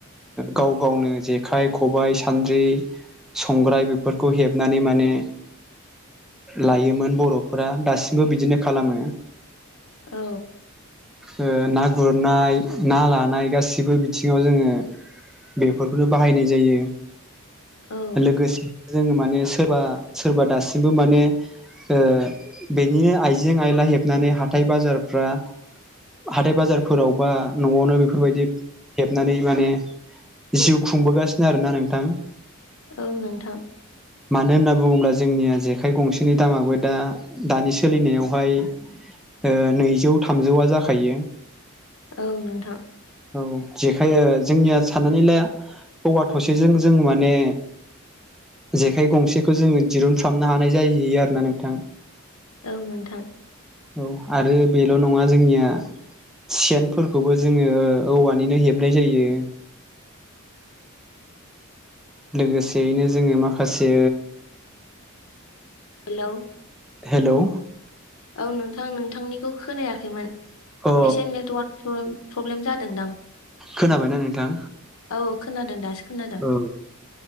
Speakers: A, in the centre; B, on the left.
A: गाव गावनो जेखाइ खबाइ सान्द्रि संग्राय बेफोरखौ हेबनानै माने लायोमोन बर'फोरा दासिमबो बिदिनो खालामो।
B: औ।
A: ओ ना गुरनाय ना लानाय गासिबो बिथिङाव जोङो बेफोरखौनो बाहायनाय जायो
B: औ
A: लोगोसे जोङो माने सोरबा सोरबा दासिमबो माने ओ बेनिनो आइजें आयला हेबनानै हाथाय बाजारफ्रा हाथाय बाजारफोराव बा न'आवनो बेफोरबायदि हेबनानै माने जिउ खुंबोगासिनो आरोना नोंथां
B: औ नोंथां
A: मानो होनना बुङोब्ला जोंनिया जेखाइ गंसेनि दामाबो दा दानि सोलिनायावहाय
B: <unintelligible> <inaudible>
A: ओ नैजौ थामजौआ जाखायो
B: औ नोंथां
A: औ जेखायो जोंनिया साननानै ला औवा थसेजों जों माने जेखाइ गंसेखौ जोङो दिरुनफ्रामनो हानाय जाहैयो आरोना नोंथां
B: औ नोंथां
A: औ आरो बेल' नङा जोंनिया सेनफोरखौबो जोङो औवानिनो हेबनाय जायो लोगोसेयैनो जोङो माखासे
B: हेलौ
A: हेल'
B: औ नोंथां नोंथांनिखौ खोनायाखैमोन
A: अ
B: एसे नेटवार्क प्रब्लेम जादोंदां
A: खोनाबायना नोंथां
B: औ खोनादों दासो खोनादों
A: औ